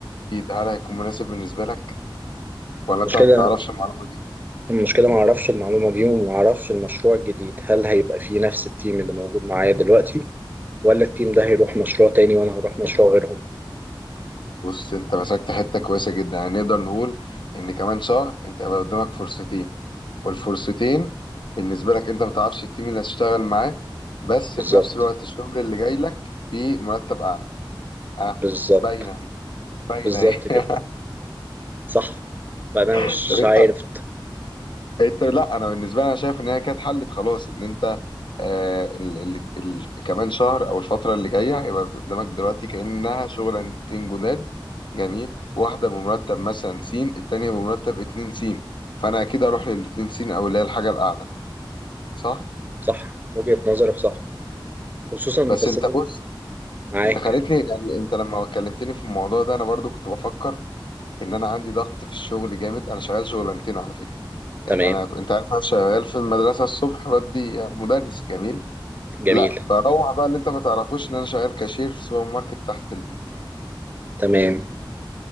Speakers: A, on the left (about 65°); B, on the right (about 20°).
A: الجديد هل هيكون مناسب بالنسبه لك ولا
B: المشكلة
A: انت ما تعرفش المعلومه دي
B: المشكلة ما اعرفش المعلومة دي وما اعرفش المشروع الجديد هل هيبقى فيه نفس التيم اللي موجود معايا دلوقتي ولا التيم ده هيروح مشروع تاني وانا هروح مشروع غيرهم
A: بص انت مسكت حته كويسه جدا يعني نقدر نقول ان كمان شهر انت هيبقى قدامك فرصتين والفرصتين بالنسبه لك انت ما تعرفش التيم اللي هتشتغل معاه بس
B: بالظبط
A: في نفس الوقت الشغل اللي جاي لك فيه مرتب اعلى ها
B: بالظبط
A: باينه اهي باينه
B: بالظبط
A: اهي <laughs>
B: كده صح فانا مش
A: طب انت
B: عارف
A: انت لا انا بالنسبه لي انا شايف ان هي كانت حلت خلاص ان انت آه، ال- ال- ال- كمان شهر او الفتره اللي جايه هيبقى قدامك دلوقتي كانها شغلانتين جداد جميل واحده بمرتب مثلا س التانيه بمرتب 2 س فانا اكيد اروح للاتنين س او اللي هي الحاجه الاعلى صح
B: صح وجهة نظرك صح خصوصا
A: بس
B: بس
A: انت
B: أنا
A: بص
B: معاك
A: انت خليتني يعني انت لما كلمتني في الموضوع ده انا برضو كنت بفكر ان انا عندي ضغط في الشغل جامد انا شغال شغلانتين على فكره يعني
B: تمام
A: انا انت عارف انا شغال في المدرسه الصبح بدي مدرس جميل
B: جميل
A: لا بروح بقى اللي انت ما تعرفوش ان انا شغال كاشير في سوبر ماركت تحت البيت
B: تمام